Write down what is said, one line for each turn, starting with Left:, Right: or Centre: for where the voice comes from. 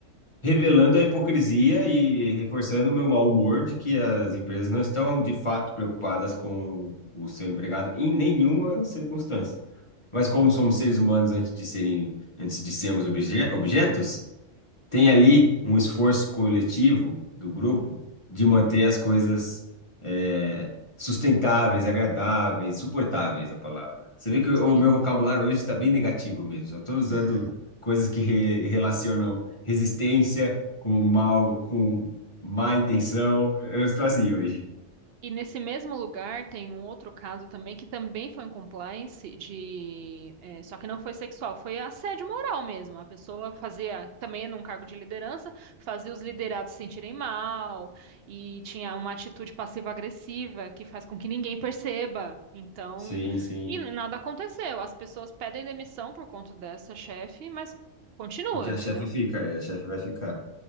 Left: revelando a hipocrisia e reforçando o meu mau humor de que as empresas não estão de fato preocupadas com o seu empregado em nenhuma circunstância. Mas
Right: Sim,
Left: como somos seres humanos antes de serem, antes de sermos obje- objetos, tem ali um esforço coletivo do grupo de manter as coisas é, sustentáveis, agradáveis, suportáveis, a palavra. Você vê que o
Right: sim.
Left: meu vocabulário hoje está bem negativo mesmo. Só estou usando
Right: <laughs>
Left: coisas que re- relacionam resistência com mal, com má intenção. Eu estou assim hoje.
Right: E nesse mesmo lugar tem um outro caso também que também foi um compliance de, eh, só que não foi sexual, foi assédio moral mesmo. A pessoa fazia também num cargo de liderança, fazia os liderados se sentirem mal e tinha uma atitude passiva-agressiva que faz com que ninguém perceba. Então,
Left: Sim, sim.
Right: e nada aconteceu. As pessoas pedem demissão por conta dessa chefe, mas continua,
Left: Porque
Right: entendeu?
Left: a chefe fica, é, a chefe vai ficar.